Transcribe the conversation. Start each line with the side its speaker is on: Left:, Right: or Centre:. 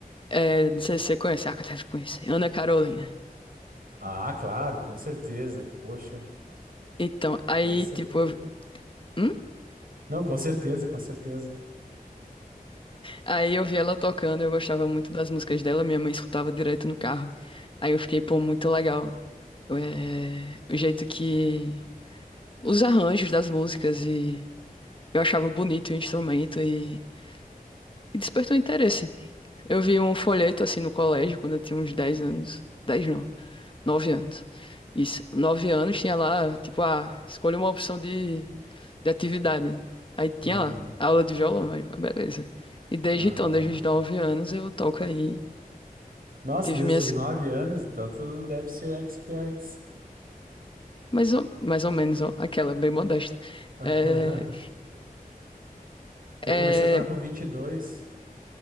Left: é, não sei se você conhece, ah, deve conhecer. Ana Carolina.
Right: Ah, claro, com certeza. Poxa,
Left: Então, aí,
Right: com certeza.
Left: tipo. eu- hum?
Right: Não, com certeza, com certeza.
Left: Aí eu vi ela tocando, eu gostava muito das músicas dela, minha mãe escutava direto no carro. Aí eu fiquei, pô, muito legal. É, o jeito que. Os arranjos das músicas e. Eu achava bonito o instrumento e, e despertou interesse. Eu vi um folheto assim no colégio quando eu tinha uns 10 anos. dez não. Nove anos. Isso. Nove anos tinha lá, tipo, ah, escolha uma opção de, de atividade. Aí tinha
Right: Uhum.
Left: lá, aula de violão, aí, eu, ah, beleza. E desde
Right: Aham.
Left: então, desde os nove anos, eu toco aí.
Right: Nossa,
Left: Tive
Right: desde
Left: minhas,
Right: os nove anos, então tu deve ser expert.
Left: mais ou, mais ou menos, ó, aquela, bem modesta.
Right: <laughs>
Left: É,
Right: Eu
Left: é...
Right: comecei a tocar com vinte e dois